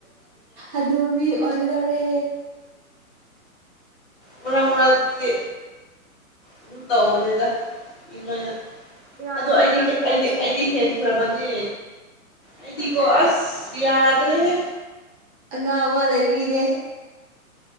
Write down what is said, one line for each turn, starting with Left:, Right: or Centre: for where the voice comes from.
Right: ꯑꯗꯨꯕꯤ ꯑꯣꯏꯒꯗꯧꯔꯦ
Left: ꯃꯣꯔꯥ ꯃꯣꯔꯥꯗꯤ ꯑꯗꯨꯝ ꯇꯧꯕꯅꯤꯗꯅ
Right: ꯌꯥꯗ꯭ꯔꯦ
Left: ꯑꯗꯣ ꯑꯩꯗꯤ
Right: ꯍꯧꯖꯤꯛꯀꯥꯟꯁꯦ
Left: ꯑꯩꯗꯤ ꯑꯩꯗꯤ ꯍꯦꯟꯈ꯭ꯔꯕꯟ ꯌꯦ ꯑꯩꯗꯤꯀꯣ ꯑꯁ ꯌꯥꯗꯅꯦꯦ
Right: ꯑꯉꯥꯡ ꯑꯋꯥ ꯂꯩꯕꯒꯤꯅꯦ